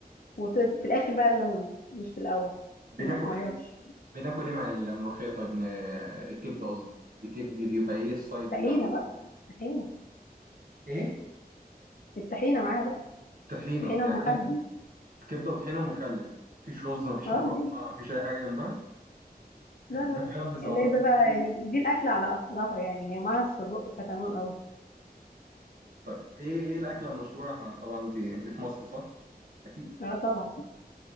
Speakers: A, on the left; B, on the right.
A: وفي الآخر بقى الليمون مش في الأول
B: بناكل
A: عشان ما تمررش
B: ايه بناكل ايه مع الملوخية طيب ن- الكبدة قصدي بتك- بيبقى ايه السايد
A: طحينة
B: بتاعها
A: بقى طحينة
B: ايه
A: الطحينة معاها بقى
B: طحينة
A: طحينة
B: يعني
A: ومخلل
B: كبدة كبدة وطحينة ومخلل مفيش رز مفيش
A: اه
B: مكرونة
A: مفيش.
B: مفيش أي حاجة جنبها
A: لا
B: <laughs>
A: لا
B: بتغمز
A: لا اللي
B: على طول
A: إذا بقى يعني دي الأكلة على أصلها يعني هي مع السجق فتمام أوي
B: طيب ايه ايه الأكلة المشهورة احنا طبعا انت انت في مصر صح؟ أكيد
A: اه طبعا